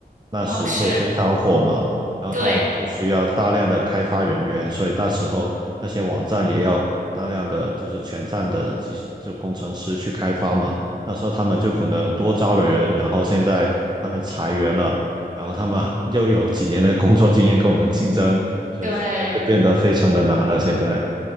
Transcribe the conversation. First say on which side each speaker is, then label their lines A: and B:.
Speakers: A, on the right; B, on the right.
A: 哦，
B: 时候非常火嘛，
A: 是，
B: 然后他们就需要大量的开发人员，
A: 对
B: 所以那时候那些网站也要大量的就是全站的技术就工程师去开发嘛。那时候他们就可能多招了人，然后现在他们裁员了，然后他们又有几年的工作经验跟我们竞争，所以说就变得非常的难了。
A: 对。
B: 现在，